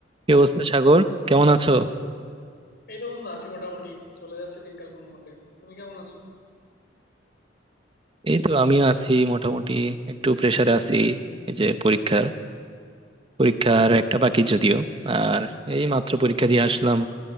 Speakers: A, on the right (about 30°); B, on the left (about 60°).
A: কি অবস্থা সাগর কেমন আছো
B: এই তো বন্ধু আছি মোটামুটি চলে যাচ্ছে দিনকাল কোনো মতে তুমি কেমন আছো
A: এই তো আমিও আছি মোটামুটি একটু প্রেসারে আছি এই যে পরীক্ষার পরীক্ষার একটা বাকি যদিও আর এই মাত্র পরীক্ষা দিয়ে আসলাম